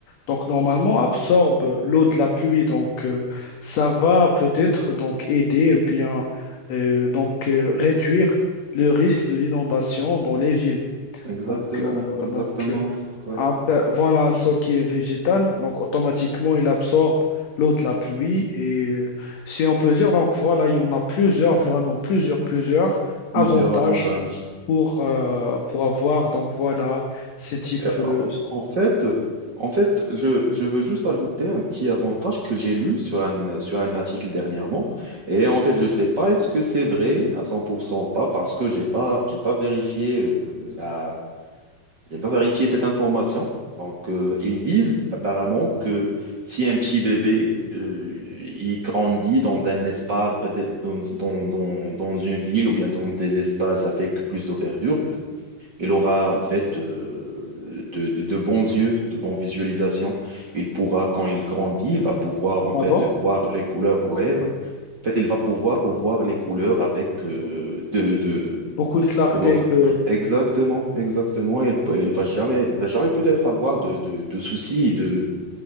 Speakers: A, on the left; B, on the right.
A: donc normalement absorbe l'eau de la pluie donc euh, ça va peut-être donc aider ou bien euh, donc euh, réduire le risque de l'inondation dans les villes.
B: Exactement,
A: Donc, euh,
B: exactement.
A: donc euh,
B: Ouais.
A: un te- voilà un sol qui est végétal, donc automatiquement il absorbe l'eau de la pluie et si on peut dire, donc voilà, il y en a plusieurs, vraiment plusieurs, plusieurs
B: Plusieurs
A: avantages
B: avantages.
A: pour, euh, pour avoir, donc voilà, ces types
B: Et, en
A: euh,
B: en fait, en fait, je, je veux juste ajouter un petit avantage que j'ai lu sur un, sur un article dernièrement. Et en fait, je ne sais pas est-ce que c'est vrai à 100% ou pas parce que j'ai pas, j'ai pas vérifié euh, la, J'ai pas vérifié cette information. Donc, euh, ils disent apparemment que si un petit bébé euh, il grandit dans un espace, dans, dans, dans, dans une ville ou bien dans des espaces avec plus de verdure, il aura en fait euh, de, de- de bons yeux, de bonnes visualisations. Il pourra, quand il grandit, il va pouvoir en fait
A: ah bon,
B: voir les couleurs. Ouais, ouais. En fait, il va pouvoir voir les couleurs avec euh, de, de,
A: beaucoup
B: de-
A: de clarté
B: de- enfin,
A: que
B: exactement, exactement. Il, peut- il va jamais, il va jamais peut-être avoir de, de, de soucis, de,